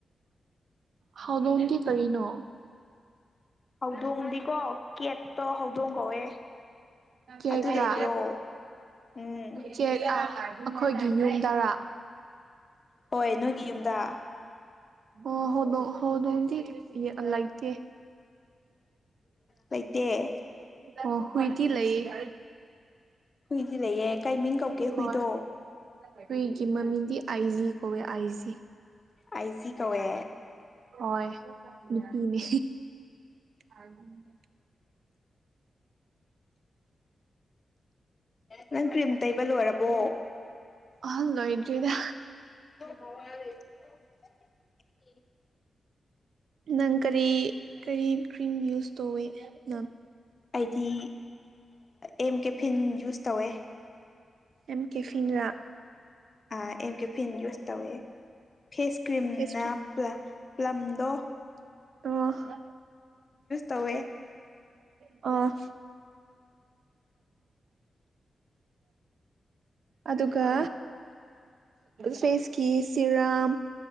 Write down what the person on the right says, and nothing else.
ꯍꯧꯗꫭꯡꯗꯤ ꯀꯔꯤꯅꯣ
ꯀꯦꯀ
ꯀꯦ <unintelligible> ꯑꯩꯈꯣꯏꯒꯤ ꯌꯨꯝ ꯗꯔꯥ
ꯑꯣ ꯍꯧꯗꫭꯡ ꯍꯧꯗꫭꯡꯗꯤ ꯂꯩꯏꯇꯦ
ꯑꯣ ꯍꯨꯏꯗꯤ ꯂꯩꯌꯦ
ꯍꯣꯏ ꯍꯨꯏꯒꯤ ꯃꯃꯤꯡꯗꯤ ꯑꯥꯏꯖꯤ ꯀꯣꯋꯦ ꯑꯥꯏꯖꯤ
ꯍꯣꯏ ꯅꯨꯄꯤꯅꯤ ꯎꯝ
ꯑꯍꯜ ꯂꯣꯏꯗ꯭꯭ꯔꯔꯤꯗ
ꯅꯪ ꯀꯔꯤ ꯀꯔꯤ ꯀ꯭ꯔꯤꯝ ꯌꯨꯁ ꯇꯧꯏꯤ ꯅꯪ
ꯑꯦꯝ ꯀꯦ ꯐꯤꯟꯔꯥ
ꯐꯦꯁ ꯀ꯭ꯔꯤꯝ
ꯑꫭ
ꯑꯣ ꯑꯗꯨꯒ ꯐꯦꯁꯀꯤ ꯁꯤꯔꯥꯝ